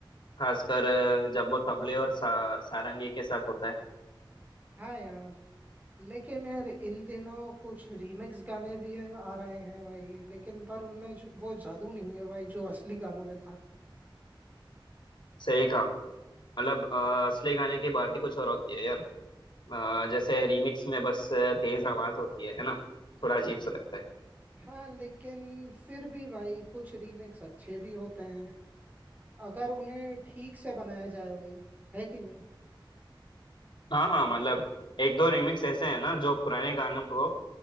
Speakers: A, on the left (about 65°); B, on the right (about 20°).
A: खासकर अ, जब वो तबले और सा, सारंगी के साथ होता है
B: हाँ यार लेकिन यार इन दिनों कुछ रीमिक्स गाने भी आ रहे हैं भाई लेकिन पर उनमें जो, वो जादू नहीं है भाई जो असली गानों में था
A: सही कहा मतलब अ, असली गाने की बात ही कुछ और होती है यार अ, जैसे रीमिक्स में बस तेज आवाज होती है है ना थोड़ा अजीब सा लगता है
B: हाँ लेकिन फिर भी भाई कुछ रीमिक्स अच्छे भी होते हैं अगर उन्हें ठीक से बनाया जाए भाई है कि नहीं
A: हाँ हाँ मतलब एक दो रिमिक्स ऐसे हैं ना जो पुराने गानों को